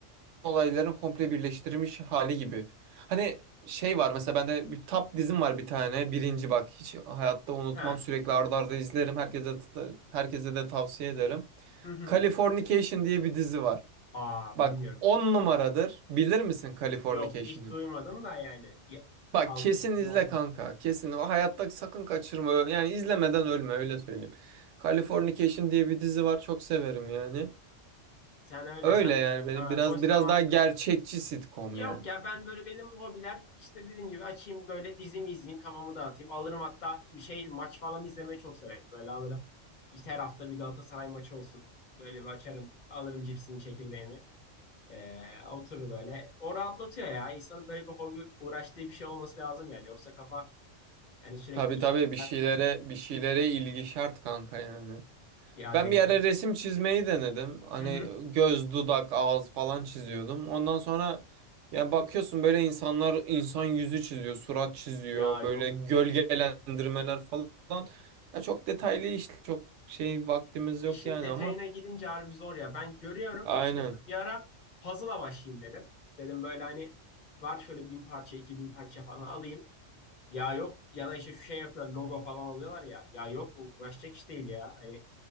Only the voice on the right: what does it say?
olayların komple birleştirilmiş hali gibi. Hani şey var mesela bende bir tap dizim var bir tane. Birinci bak hiç hayatta unutmam.
Sürekli arda arda izlerim. Herkese herkese de tavsiye ederim.
Californication diye bir dizi var.
Bak
10
numaradır. Bilir misin Californication'ı?
Bak
kesin
izle
kanka. Kesin. O hayatta sakın kaçırma. Yani izlemeden ölme öyle söyleyeyim. Californication diye bir dizi var. Çok severim yani.
Öyle
yani benim
biraz
biraz daha gerçekçi sitcom
yani.
Tabii
tabii
bir şeylere
bir şeylere ilgi şart kanka yani.
Ben
bir ara resim çizmeyi denedim. Hani
göz, dudak, ağız falan çiziyordum. Ondan sonra yani bakıyorsun böyle insanlar insan yüzü çiziyor, surat çiziyor,
böyle gölgelendirmeler falan. Ya çok detaylı işte çok şey vaktimiz
yok yani
ama
aynen.